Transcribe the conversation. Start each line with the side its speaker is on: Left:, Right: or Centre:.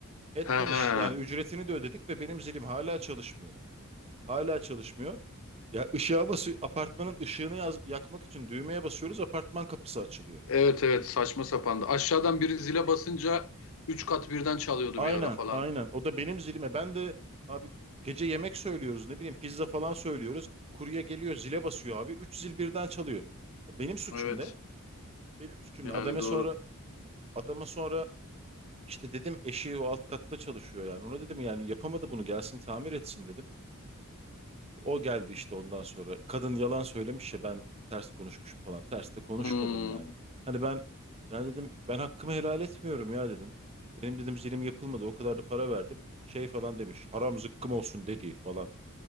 Right: Etmemiş
Left: Ha
Right: yani ücretini de ödedik ve benim zilim hala çalışmıyor. Hala çalışmıyor. Ya ışığa basıyor apartmanın ışığını yaz- yakmak için düğmeye basıyoruz apartman kapısı açılıyor.
Left: evet evet saçma sapandı. Aşağıdan biri zile basınca üç kat birden çalıyordu
Right: Aynen
Left: bir ara falan.
Right: aynen o da benim zilime ben de abi gece yemek söylüyoruz ne bileyim pizza falan söylüyoruz. Kurye geliyor zile basıyor abi 3 zil birden çalıyor. Ya benim suçum
Left: Evet
Right: ne? Benim suçum
Left: yani
Right: ne? Adama
Left: doğru.
Right: sonra adama sonra işte dedim eşi o alt katta çalışıyor yani ona dedim yani yapamadı bunu gelsin tamir etsin dedim. O geldi işte ondan sonra. Kadın yalan söylemiş ya ben ters konuşmuşum falan. Ters de konuşmadım
Left: Hmm.
Right: yani. Hani ben yani dedim ben hakkımı helal etmiyorum ya dedim. Benim dedim zilim yapılmadı. O kadar da para verdim. Şey falan demiş. Haram zıkkım olsun dediği falan.